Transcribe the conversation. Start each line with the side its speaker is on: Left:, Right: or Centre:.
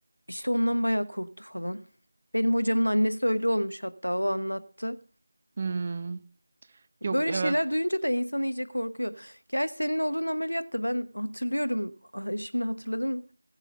Left: işte ondan bayağı korktu falan. Benim hocamın annesi öyle olmuş hatta o anlattı.
Right: Hmm,
Left: Böyle
Right: yok evet.
Left: şeyler duyunca da insan iyice korkuyor. Gerçi senin olduğun ameliyatta ben hatırlıyorum. Ah, Şimdi hatırladım.